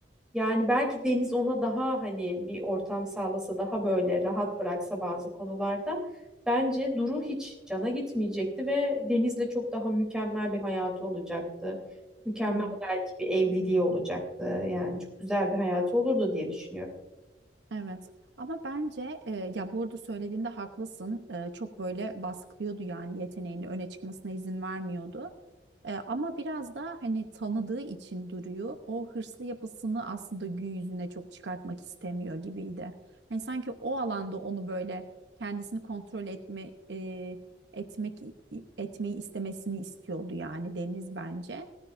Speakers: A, in the centre; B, on the right (about 70°).
A: Yani belki Deniz ona daha hani bir ortam sağlasa daha böyle rahat bıraksa bazı konularda bence Duru hiç cana gitmeyecekti ve Deniz'le çok daha mükemmel bir hayatı olacaktı. Mükemmel
B: Hmm.
A: belki bir evliliği olacaktı. Yani çok güzel bir hayatı olurdu diye düşünüyorum.
B: Evet ama bence e, ya bu arada söylediğinde haklısın E, çok böyle baskılıyordu yani yeteneğini öne çıkmasına izin vermiyordu E, ama biraz da hani tanıdığı için duruyor o hırslı yapısını aslında gün yüzüne çok çıkartmak istemiyor gibiydi. Hani sanki o alanda onu böyle kendisini kontrol etme e, etmek etmeyi istemesini istiyordu yani Deniz bence.